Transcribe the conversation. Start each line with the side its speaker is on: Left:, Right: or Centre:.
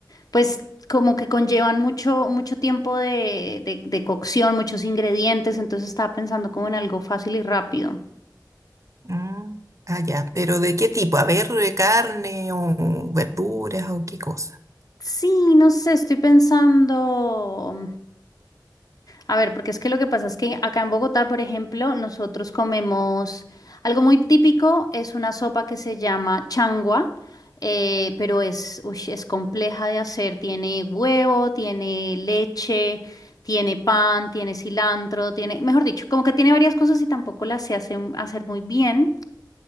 Left: pues como que conllevan mucho, mucho tiempo de, de, de cocción, muchos ingredientes. Entonces estaba pensando como en algo fácil y rápido.
Right: Mm, ah, ya, pero ¿de qué tipo? A ver, eh, carne o verduras o qué cosa.
Left: Sí, no sé, estoy pensando. A ver, porque es que lo que pasa es que acá en Bogotá, por ejemplo, nosotros comemos algo muy típico, es una sopa que se llama changua, eh, pero es, ush, es compleja de hacer. Tiene huevo, tiene leche, tiene pan, tiene cilantro, tiene, mejor dicho, como que tiene varias cosas y tampoco las se hace- hacer muy bien.